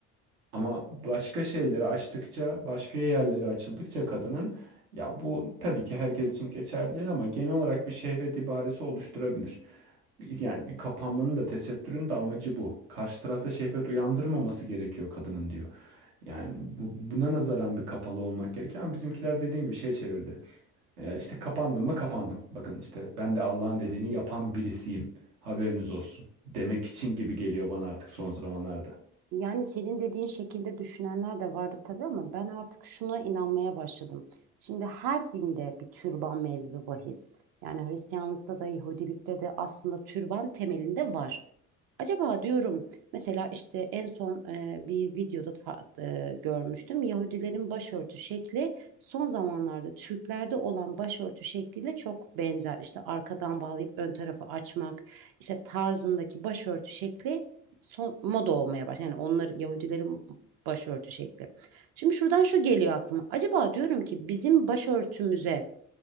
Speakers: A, on the right (about 85°); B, on the right (about 55°).
A: Ama başka şeyleri açtıkça, başka yerleri açıldıkça kadının ya bu tabii ki herkes için geçerli değil ama genel olarak bir şehvet ibaresi oluşturabilir. Yani bir kapanmanın da tesettürün de amacı bu. Karşı tarafta şehvet uyandırmaması gerekiyor kadının diyor. Yani bu- buna nazaran bir kapalı olmak gerekiyor ama bizimkiler dediğin gibi şey çevirdi. Ee, işte kapandım mı kapandım. Bakın işte ben de Allah'ın dediğini yapan birisiyim. Haberiniz olsun. Demek için gibi geliyor bana artık son zamanlarda.
B: yani senin dediğin şekilde düşünenler de vardı tabii ama ben artık şuna inanmaya başladım. Şimdi her dinde bir türban mevzu bahis. Yani Hristiyanlıkta da Yahudilikte de aslında türban temelinde var. Acaba diyorum mesela işte en son e, bir videoda fa- e, görmüştüm. Yahudilerin başörtü şekli son zamanlarda Türklerde olan başörtü şekliyle çok benzer. İşte arkadan bağlayıp ön tarafı açmak, işte tarzındaki başörtü şekli son moda olmaya başladı. Yani onlar Yahudilerin başörtü şekli. Şimdi şuradan şu geliyor aklıma. Acaba diyorum ki bizim başörtümüze